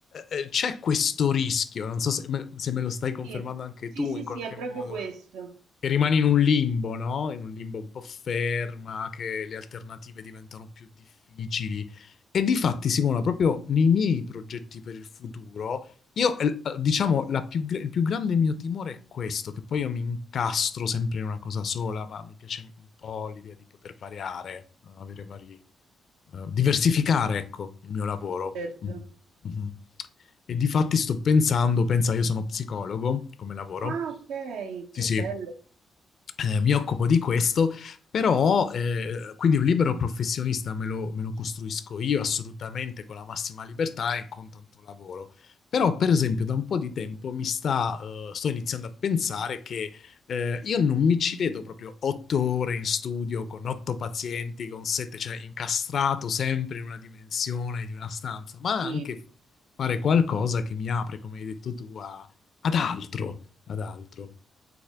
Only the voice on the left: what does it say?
eh, eh, c'è questo rischio, non so se me, se me lo stai confermando
anche
tu
in qualche
modo,
che rimani in un limbo, no? In un limbo un po' ferma, che le alternative diventano più difficili. E difatti, Simona, proprio nei miei progetti per il futuro, io, eh, diciamo, la più gr- il più grande mio timore è questo, che poi io mi incastro sempre in una cosa sola, ma mi piace un po' l'idea di poter variare, eh, avere vari, eh, diversificare, ecco, il mio lavoro.
Mm. Mhm. E difatti sto pensando, pensa, io sono psicologo come lavoro.
Sì,
sì,
eh, mi occupo di questo, però eh, quindi un libero professionista me lo, me lo costruisco io assolutamente con la massima libertà e con tanto lavoro. Però, per esempio, da un po' di tempo mi sta, eh, sto iniziando a pensare che eh, io non mi ci vedo proprio otto ore in studio con otto pazienti, con sette, cioè incastrato sempre in una dimensione di una stanza, ma
anche fare qualcosa che mi apre, come hai detto tu, a- ad altro, ad altro.